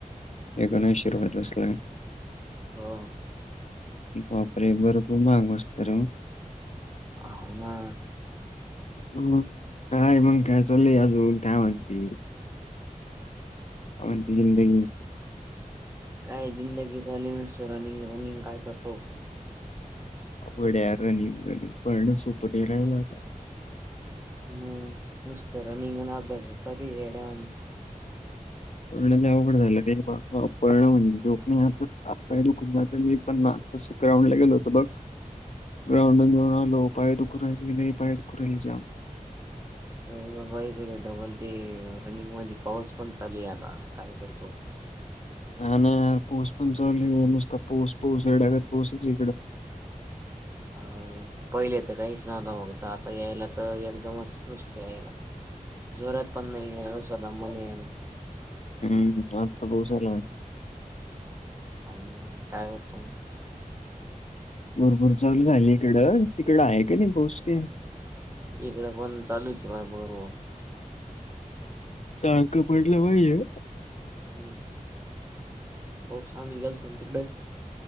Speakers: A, on the left (about 55°); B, on the right (about 20°).
A: एकोणऐशी रुपयाला बसलेत.
B: हा
A: बापरे, भरपूर महाग बसतय र
B: होह ना
A: हम काय मग काय चालू आहे. अजून का म्हनती? काय म्हणती जिंदगी
B: काय जिंदगी झाली ना ते रनिंग रनिंग काय करतो.
A: वड्या रनिंग रनिंग पळण सोप नाही राहिल आता.
B: मग नुसतं रनिंग आणि अभ्यासच चालू आहे. ती येड्यावाणी
A: उवड <unintelligible> पळणं म्हणजे सोप नाही बा तू हात पाय दुखून जात. मी पण ना हात पाय ग्राउंड ला गेलो होत बघ ग्राउंड घेऊन आलो पाय दुखून राहिल की नाही पाय दुखूण राहिल जाम.
B: हो बा ईकडे डबल ते रनिंग मध्ये पाऊस पण चालू आहे आता काय करतो.
A: हा ना पाऊस पण चालू नुसता पाऊस पाऊस येड्यागत पाऊसच आहे इकडं
B: अ पहिले तर काहीच नव्हत मग आता यायला तर एकदमच नुसत यायला. जोरात पण नाही. आहेस म येणार
A: हम्म आता पाऊस आला होय.
B: अन काय करत
A: भरपूर चालू झाली इकडं तिकड आहे का नाही पाऊस काही
B: इकड पण चालूच बाय बरोबर.
A: सारखं
B: <unintelligible>
A: पडलं पाहिजे
B: हो स्वामी गेलतो तिकडे